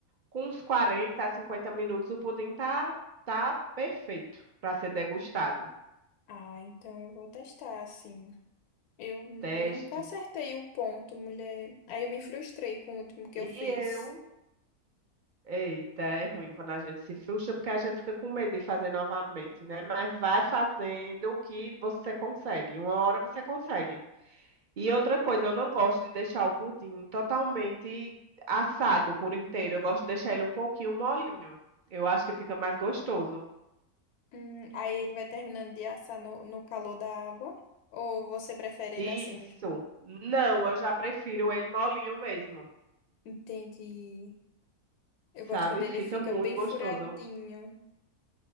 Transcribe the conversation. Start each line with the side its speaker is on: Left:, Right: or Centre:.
Right: Com uns 40 a 50 minutos, o pudim tá, tá perfeito para ser degustado.
Left: Ah, então eu vou testar, sim. Eu n-
Right: Teste.
Left: nunca acertei o ponto, mulher. Aí eu me frustrei com o último que
Right: E
Left: eu fiz.
Right: eu Eita, é ruim quando a gente se frustra, porque a gente fica com medo de fazer novamente, né? Mas vai fazendo o que você consegue. Uma hora você consegue. E outra coisa, eu não gosto de deixar o pudim totalmente assado por inteiro. Eu gosto de deixar ele um pouquinho molinho. Eu acho que fica mais gostoso.
Left: Hum, aí ele vai terminando de assar no, no calor da água? Ou você prefere
Right: Isso.
Left: ele assim mesmo?
Right: Não, eu já prefiro ele molinho mesmo,
Left: Entendi. Eu
Right: sabe?
Left: gosto quando ele
Right: Fica
Left: fica
Right: muito
Left: bem
Right: gostoso.
Left: furadinho.